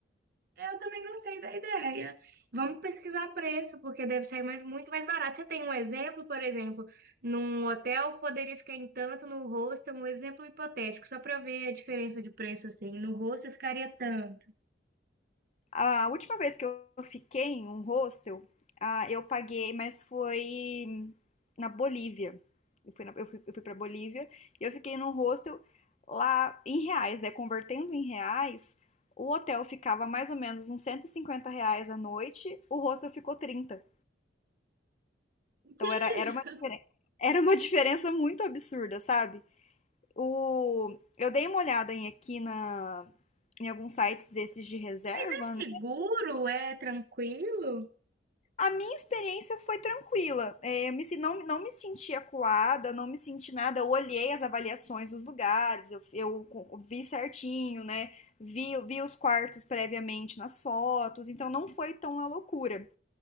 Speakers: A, on the right; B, on the left.
A: Eu também gostei da ideia. Vamos pesquisar preço, porque deve sair mais, muito mais barato. Você tem um exemplo, por exemplo, num hotel poderia ficar em tanto, no hostel, um exemplo hipotético, só para eu ver a diferença de preço, assim. No hostel ficaria tanto.
B: A última vez que eu fiquei em um hostel, ah, eu paguei, mas foi na Bolívia. Eu fui, na, eu fui, eu fui para Bolívia e eu fiquei num hostel lá em reais, né? Convertendo em reais, o hotel ficava mais ou menos uns 150 reais a noite, o hostel ficou 30. Então
A: Que
B: era, era
A: isso?
B: uma diferença, era uma diferença muito absurda, sabe? O, eu dei uma olhada em aqui na, em alguns sites desses de reserva,
A: Mas é
B: né?
A: seguro? É tranquilo?
B: A minha experiência foi tranquila. É, eu me, sen- não, não me senti acuada, não me senti nada. Eu olhei as avaliações dos lugares, eu, eu co- vi certinho, né? Vi, vi os quartos previamente nas fotos, então não foi tão a loucura.